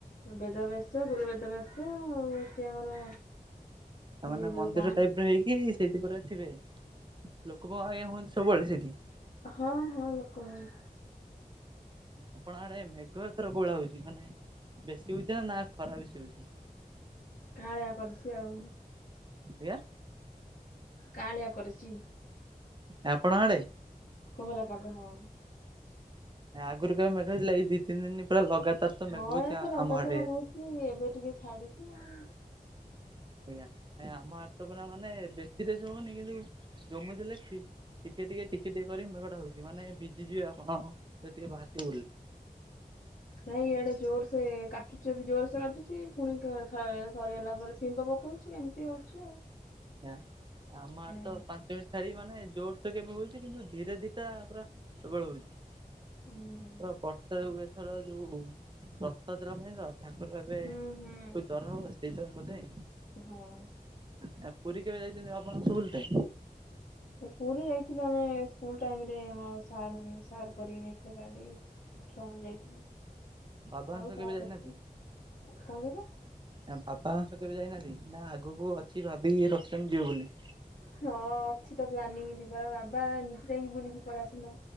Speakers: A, on the left (about 65°); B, on the right (about 30°).
A: ବେଦବ୍ୟାସ ଗୁରୁ ବେଦବ୍ୟାସ ଆଉ ଅଛି ଆମର
B: ତାମାନେେ
A: ଇଏ
B: ମନ୍ଦିର
A: ଯୋଉ କଣ
B: ଟାଇପି ର ହେଇକି ସେଇଟି ପୁରା ଥିବେ ଲୋକ ବଅହେ ସବୁବେଳେ ହୁଅନ୍ତି ସେଇଠି।
A: ହଁ ହଁ ଲୋକ ମାନେ
B: ଆପଣ ଆଡେ ମେଘ ଏଥର କୋଭଳା ହଉଛି ମାନେ ବେଶୀ ହଉଛି ନା ନା ଖରା ବେଶୀ ହଉଛି।
A: କାଁଳିଆ କରୁଛି ଆଉ।
B: ଆଜ୍ଞା।
A: କାଁଳିଆ କରିଛି।
B: ଏ ଆପଣଙ୍କ ଆଡ଼େ।
A: କୁହଲା ପାଗ ହଁ।
B: ଆଗରୁ କେବେ ମେଘ ହେଇଥିଲା ଦି ତିନି ଦିନ ପୁରା ଲଗାତାର ତ
A: ହଁ
B: ମେଘ ହଉଛି
A: ଏ ତ ଲଗାତର
B: ଆମ ଆଡେ
A: ହଉଛି ଏବେ ଟିକେ ଛାଡିଛି ଆଉ।
B: ଆଜ୍ଞା ନାଇ ଆମ ଆଡେ ତ ପୁରା ମାନେ ବେଶୀ ରେସ୍ ରେ ହଉନି କିନ୍ତୁ ଜମୁଥିଲେ ଖି ଟିକେ ଟିକେ ଟିକେ ଟିକେ କରି ମେଘଟା ହଉଛି ମାନେ ଭିଜିଯିବେ ଆପଣ ଟିକେ ବାହାରି ଥିବ ବୋଲି।
A: ନାଇଁ ଇଆଡେ ଜୋର ସେ କାଟୁଛି ଯଦି ଜୋର ସେ କାଟୁଛି ପୁଣି କ ସ ସରିଗଲା ପରେ ଫିମ୍ବ ପକଉଛି ଏମିତି ହଉଛି। ଆଉ।
B: ଆଜ୍ଞା ଆମ
A: ହଁ
B: ଆଡ଼େ ତ ପାଞ୍ଚ ମି ରି ମାନେ ଜୋରସ କେବେ ହଉଛି କିନ୍ତୁ ଧୀରେ ଧିଟା ପୁରା ସବଳେ ହଉଛି।
A: ହୁଁ।
B: ପୁରା ପର୍ତେ ହୁଏଥର ଯୋଉ ରଥଯାତ୍ରା ପାଇଁ ତ ତାକୁର ଏବେ
A: ହୁଁ ହୁଁ
B: କୋ ଜର ହବ ସେଇଥି ପାଇଁ ବୋଧେ।
A: ହଁ।
B: ୟା ପୁରୀ କେବେ ଯାଇଛନ୍ତି ଆପଣ ରଥ ବୁଲିତେ।
A: ପୁରୀ ଯାଇଥିଲୁ ଆମେ ସ୍କୁଲ ଟାଇମ ରେ ଆମ ସାର୍ ମାନେ ସାର୍ କରିକି ନେଇଥିଲେ ଗାଡି।
B: <inaudible>
A: ଛୁଆମାନେ ଯାଇଥିଲି
B: ବାବାଂଶ
A: ଆଉ ତାପଠୁ
B: କେବେ ଯାଇନାହାନ୍ତି?
A: କଣ କହିଲ।
B: ନା ବାବା ସହ କେବେ ଯାଇନାହାନ୍ତି ନା ଆଗକୁ ଅଛି ଭାବିକି ରଖିଛନ୍ତି ଯିବେ ବୋଲି।
A: ହଁ ଅଛି ତ ପ୍ଲାନିଂ ଯିବାର ବାବା ନିଜେ ଯାଇକି ବୁଲିକି ପଳେଇସୁନ।